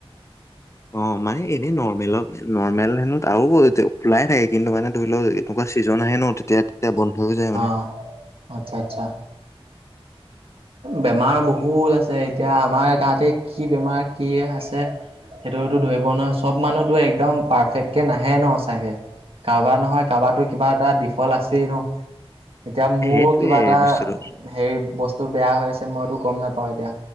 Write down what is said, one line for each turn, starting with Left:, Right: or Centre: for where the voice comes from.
Left: অ মানে এনেই নৰ্মেলত নৰ্মেল হেনো আৰু বৌতেও খোলাই থাকে কিন্তু মানে ধৰি লও এনেকুৱা ছিজন আহে ন তেতিয়া তেতিয়া বন্ধ হৈ যায় মানে।
Right: অ', আচ্ছা আচ্ছা বেমাৰ বহুত আছে এতিয়া আমাৰ গাঁতে কি বেমাৰ কি আছে সেইটোতো ধৰিব নোৱাৰে চব মানুহটো একদম পাৰফেক্টকে নাহে ন সচাকে কাৰবাৰ নহয় কাৰবাৰ কিবা এটা ডিফল্ট আছেই ন এতিয়া মোৰ
Left: সেইটোয়ে
Right: কিবা এটা
Left: বস্তুটো
Right: হেৰি বস তো বেয়া হৈ আছে মই টো গম নেপাও এতিয়া